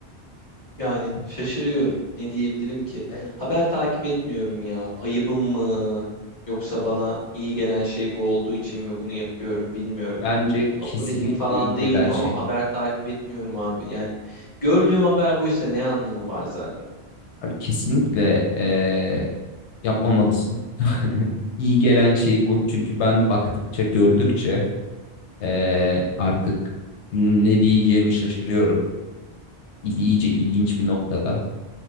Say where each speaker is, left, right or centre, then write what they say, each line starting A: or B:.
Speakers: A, on the left; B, on the left.
A: Yani şaşırıyorum. Ne diyebilirim ki?
B: Evet.
A: Haber takip etmiyorum ya. Ayıbım mı? Yoksa bana iyi gelen şey bu olduğu için mi bunu yapıyorum bilmiyorum.
B: Bence
A: Apolitik
B: kesinlikle
A: falan
B: iyi
A: değilim
B: gelen şey.
A: ama haber takip etmiyorum abi. Yani gördüğüm haber buysa ne anlamı var zaten?
B: Abi kesinlikle eee, yapmamalısın. <laughs> İyi gelen şey bu. Çünkü ben baktıkça, gördükçe eee, artık ne diyeceğimi şaşırıyorum. İyice ilginç bir noktada.